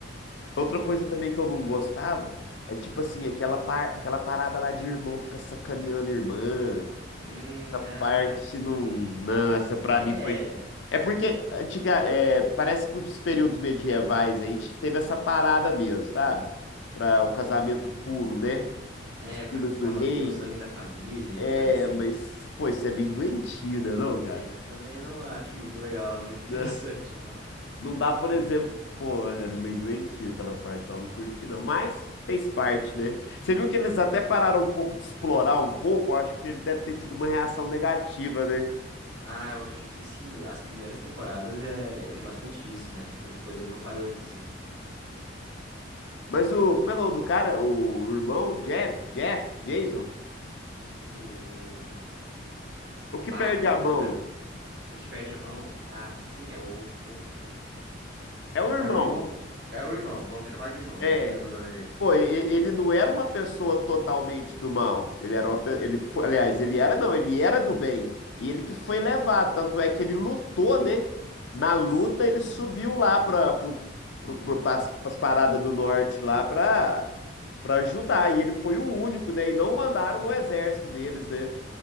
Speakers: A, on the left; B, on the right.
A: Outra
B: Mas.
A: coisa também
B: eh,
A: que eu não gostava é tipo assim, aquela, par... aquela parada lá de irmão ficar sacaneando irmã.
B: Hum,
A: Essa
B: ah,
A: parte
B: sim.
A: não. Não, essa pra
B: É.
A: mim foi. É porque antiga... é, parece que nos períodos medievais aí t- teve essa parada mesmo, sabe? Para o casamento puro, né?
B: É,
A: Os
B: pra,
A: filhos do
B: pra
A: rei.
B: manter o sangue da família,
A: É,
B: coisa assim,
A: mas,
B: né?
A: pô, isso é meio doentio, né, não,
B: Eu
A: cara?
B: também não acho muito legal, muito interessante,
A: <laughs>
B: não.
A: Não dá, por exemplo, pô, era meio doentio aquela parte lá, não curti não, mas fez parte, né? Você viu que eles
B: <laughs>
A: até pararam um pouco de explorar um pouco, eu acho que teve, deve ter tido uma reação negativa, né?
B: Ah, eu acredito que sim. As primeiras temporadas é, é- tem bastante disso, né? Mas depois eles vão parando, assim.
A: Mas o, como é que é o nome do cara? O irmão, Jeb, Jeff, Jason?
B: O.
A: O que
B: Bah,
A: perde
B: não
A: a
B: vou me
A: mão?
B: lembrar. O que perde a mão, tá? Sim, é o. o- o-
A: É o irmão.
B: É o irmão. É o irmão, vamos chamar de irmão,
A: É.
B: eu não me lembro o nome dele.
A: Pô, e- e- ele não era uma pessoa totalmente do mal. Ele era uma, pe- ele foi, aliás, ele era não, ele era do bem. E ele que foi levado, tanto é que ele lutou, né? Na luta
B: Sim.
A: ele subiu lá para pro, pro, pro, pras, pras paradas do norte lá para para ajudar. E ele foi o único, né? E não mandaram o exército deles, né?